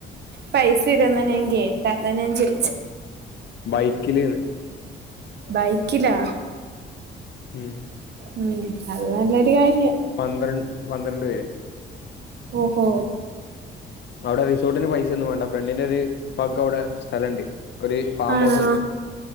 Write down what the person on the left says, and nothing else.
ബൈക്കില്ന്ന്
ഉം
പന്ത്രണ്ട് പന്ത്രണ്ട് പേര്
അവിടെ റിസോർട്ടിന് പൈസ ഒന്നും വേണ്ട ഫ്രണ്ടിന്റെ ഒരു ഉപ്പാക്ക് അവിടെ സ്ഥലണ്ട് ഒരു ഫാം
ഹൗസ് ഉണ്ട്